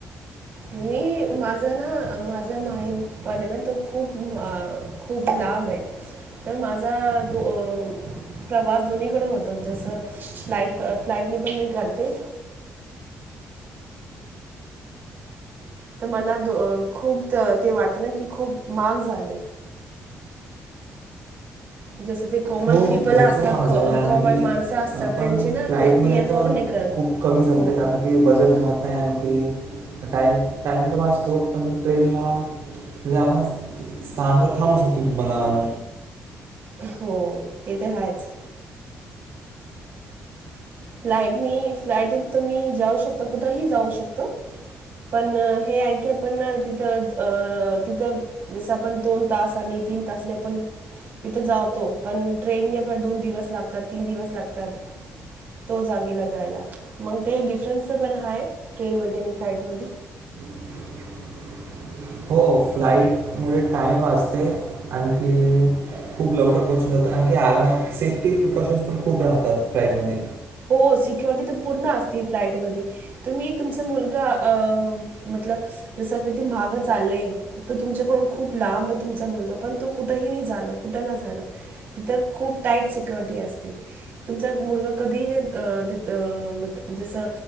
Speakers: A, on the right (about 45°); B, on the right (about 65°).
A: मी माझा ना माझा माहीर पणे ना तो खूप खूप लांब आहे तर माझा दो अ प्रवास दोन्हीकडे होतो जसं फ्लाईट फ्लाईटनी पण मी करते. <unintelligible> तर मला द खूप ते वाटतं ना कि खूप महाग झाले. जसं ते कॉमन
B: हो
A: पीपल
B: भरपूर
A: असतात
B: महाग
A: कॉ
B: झाले आहे आणखी
A: कॉमन माणसं असतात
B: अ, पण
A: त्यांचे ना
B: फ्लाईटमध्ये
A: ते ती अफोर्ड
B: तर
A: नाही करत.
B: खूप कमी जमते
A: हो
B: कारण की बजेट जमत नाही आणि की टाईम टाईम तर वाचतो पण ट्रेनला म्हणजे आपण स्थानवर थांबू शकतो बनावाला
A: हो ते तर हायच फ्लाईटनी फ्लाईटत तुम्ही जाऊ शकता कुठेही जाऊ शकता? पण हे आहे की आपण तिथं अ तिथं जसं आपण दोन तास आणि तीन तासांनी पण तिथं जातो पण ट्रेनने आपला दोन दिवस लागतात तीन दिवस लागतात. तो जागेला जायला मग ते डिफरन्सच पण हाय ट्रेनमध्ये आणि फ्लाईटमध्ये.
B: <unintelligible> हो फ्लाईट मुळे टाईम वाचते आणखी खूप लवकर पोचून जातो आणखी आरामात सेफ्टी प्रिकॉशन्स पण खूप राहतात फ्लाईटमध्ये.
A: हो सिक्युरिटी तर पूर्ण असते फ्लाईट मध्ये तुम्ही तुमचा मुलगा अ जसं की मागे चाललेय तर तुमच्याकडून खूप लांब तुमचा मुलगा पण तो कुठंही जाणार कुठं नाही जाणार तिथं खुप टाईट सिक्युरिटी असते तुमचा मुलगा कधी नाही अ जसं